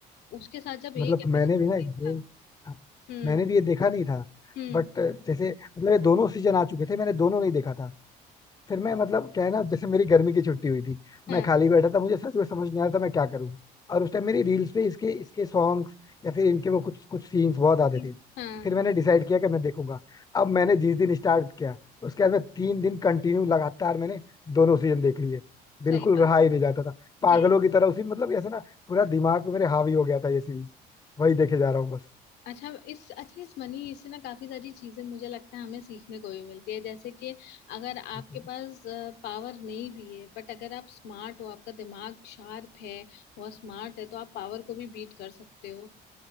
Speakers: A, on the left; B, on the left.
A: उसके साथ जब
B: मतलब
A: एक एपिसोड
B: मैंने भी
A: देखा
B: ना ये हाँ,
A: हम्म
B: मैंने भी ये देखा नहीं था
A: हम्म
B: बट जैसे मतलब ये दोनों सीजन आ चुके थे मैंने दोनों नहीं देखा था फिर मैं मतलब क्या है ना जैसे मेरी गर्मी की छुट्टी हुई थी
A: <laughs>
B: मैं
A: हाँ
B: खाली बैठा था मुझे सच में समझ नहीं आ रहा था मैं क्या करूं और उस टाइम मेरी रील्स पे इसके इसके सॉन्ग्स या फिर इनके वो कुछ कुछ सीन्स बहुत आते
A: कि-
B: थे
A: हाँ
B: फिर मैंने डिसाइड किया कि मैं देखूंगा अब मैंने जिस दिन स्टार्ट किया उसके बाद मैं तीन दिन कंटिन्यू लगातार मैंने दोनों सीजन देख लिए बिल्कुल
A: सही बात
B: रहा ही नहीं जाता था पागलों
A: यही
B: की तरह उसी मतलब ऐसा ना पूरा दिमाग पे मेरे हावी हो गया था ये सीरीज वही देखे जा रहा हूँ बस
A: अच्छा इस अच्छा इस मनी इससे ना काफी सारी चीजें मुझे लगता है हमें सीखने को भी मिलती है जैसे कि अगर
B: जैसे
A: आपके पास पावर नहीं भी है बट अगर आप स्मार्ट हो आपका दिमाग शार्प है बहुत स्मार्ट है तो आप पावर को भी बीट कर सकते हो